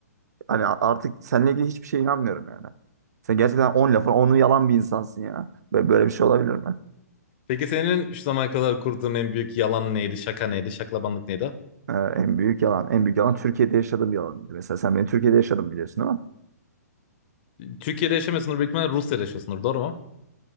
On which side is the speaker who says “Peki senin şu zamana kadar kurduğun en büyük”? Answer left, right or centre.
Left